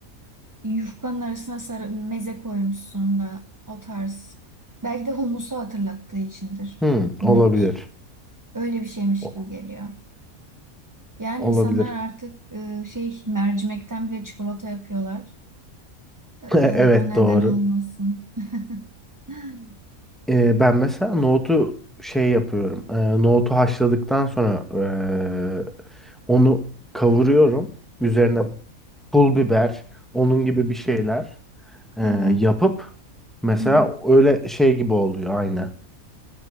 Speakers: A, on the right; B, in the centre.
A: Yufkanın arasına sarı meze koymuşsun da o tarz. Belki de humusu hatırlattığı içindir.
B: Hmm,
A: Nohut.
B: olabilir.
A: Öyle bir şeymiş
B: O-
A: gibi geliyor. Yani
B: olabilir.
A: insanlar artık e, şey mercimekten bile çikolata yapıyorlar. E,
B: <laughs> Evet
A: o neden
B: doğru.
A: olmasın. <laughs>
B: Ee, ben mesela nohutu şey yapıyorum. Ee, nohutu haşladıktan sonra ee, onu kavuruyorum. Üzerine pul biber, onun gibi bir şeyler ee,
A: Evet.
B: yapıp mesela
A: Hı hı.
B: öyle şey gibi oluyor aynı.